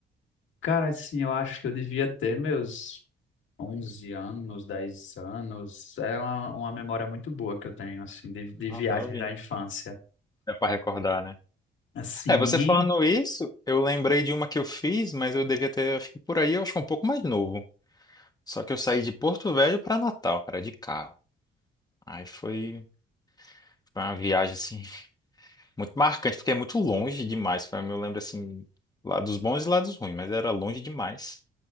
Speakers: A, on the left; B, on the left.
A: Cara, assim, eu acho que eu devia ter meus 11 anos, 10 anos. É uma, uma memória muito boa que eu tenho, assim, de, de
B: Nossa,
A: viagens
B: novinho.
A: da infância.
B: Dá pra recordar, né?
A: Assim.
B: É, você falando isso, eu lembrei de uma que eu fiz, mas eu devia ter, acho que por aí, eu acho que um pouco mais novo. Só que eu saí de Porto Velho pra Natal, cara, de carro. Aí foi, foi uma viagem, assim, muito marcante, porque é muito longe demais. Pra mim, eu lembro, assim, lados bons e lados ruins, mas era longe demais.